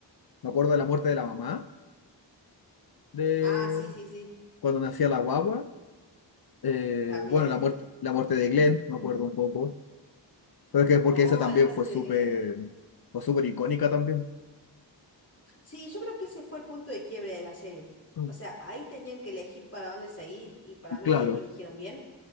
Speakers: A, on the left; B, on the left.
A: me acuerdo de la muerte de la mamá, de
B: Ah, sí, sí, sí.
A: cuando nacía la guagua. eh,
B: También.
A: bueno, la muerte, la muerte de Glenn, me acuerdo un poco. Pero es que porque
B: No,
A: esa también
B: la muerte
A: fue súper,
B: de Glenn.
A: fue súper icónica también.
B: Sí, yo creo que ese fue el punto de quiebre de la serie.
A: Mm.
B: O sea, ahí tenían que elegir para dónde seguir y para mí
A: Claro,
B: no eligieron bien,